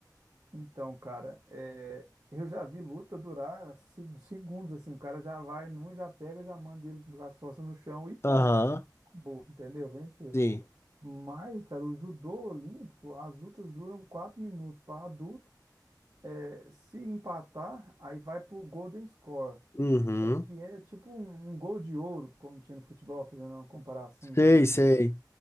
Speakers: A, on the right; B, on the left.
A: Então, cara, é, eu já vi luta durar se- segundos assim, o cara já vai num, já pega, já manda ele com as costas no chão e pô,
B: Aham,
A: acabou, entendeu? Venceu.
B: sim.
A: Mas, cara, o judô olímpico, as lutas duram quatro minutos para adulto É, se empatar, aí vai pro Golden Score,
B: Uhum.
A: que é tipo um, um gol de ouro, como tinha no futebol, fazendo uma comparação
B: Sei,
A: esdrúxula,
B: sei.